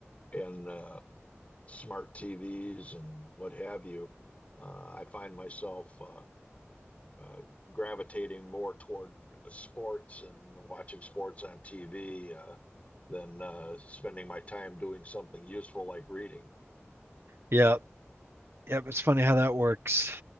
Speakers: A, on the left; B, on the right.
A: and uh, smart TVs and what have you, uh, I find myself uh, uh, gravitating more toward sports and watching sports on TV uh, than uh, spending my time doing something useful like reading.
B: Yeah. Yeah, it's funny how that works.